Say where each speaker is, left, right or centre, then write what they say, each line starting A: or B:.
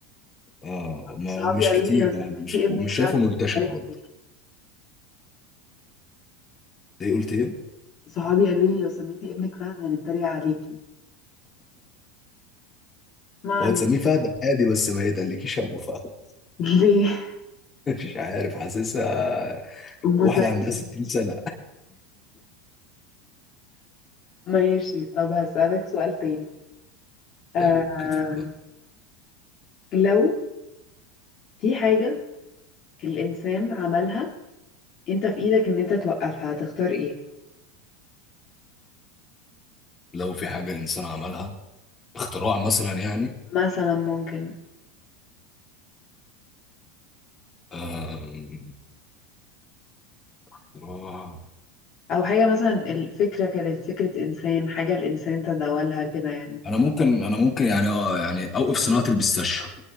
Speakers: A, on the left; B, on the left.
A: اه ما
B: صحابي
A: هو مش
B: قالوا
A: كتير
B: لي لو سميتي
A: يعني مش
B: ابنك
A: مش شايفه
B: فهد
A: منتشر
B: هنتريق
A: برضه
B: عليكي
A: ايه قلت ايه
B: صحابي قالوا لي لو سميتي ابنك فهد هنتريق عليكي ما
A: هو
B: علينا
A: تسميه فهد
B: <laughs>
A: عادي بس ما يتقلكيش ابو فهد
B: ليه
A: <laughs> مش عارف حاسسها
B: ام
A: واحده
B: سعد
A: عندها 60 سنه
B: ماشي طب هسألك سؤال تاني آم،
A: طيب اوكي اتفضل
B: لو في حاجة الإنسان عملها انت في ايدك ان انت توقفها هتختار ايه
A: لو في حاجه الانسان عملها اختراع مثلا يعني
B: مثلا ممكن
A: أم، اختراع
B: او حاجة مثلا الفكرة كانت فكرة انسان حاجة الانسان تداولها كده يعني
A: انا ممكن انا ممكن يعني اه يعني اوقف صناعه البيستاشيو